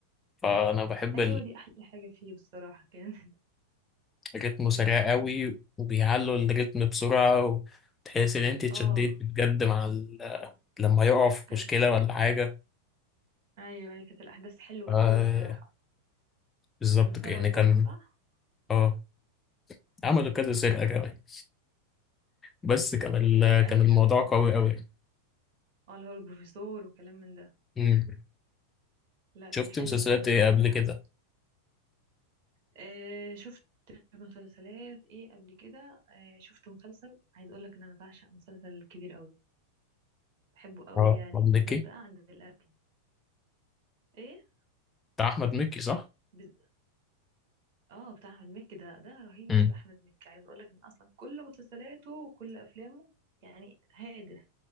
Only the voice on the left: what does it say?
فأنا بحب
رتمه
سريع قوي وبيعلوا الريتم بسرعة وتحس إن أنت اتشديت
بجد مع ال... لما يقع في
مشكلة ولا حاجة
آه
بالظبط
كده. يعني
كان
اه عملوا كذا سرقة كمان بس كان ال...
كان الموضوع
قوي قوي يعني.
مم.
شفت
مسلسلات
إيه
قبل كده؟
اه
أحمد
مكي
بتاع أحمد مكي صح؟
مم.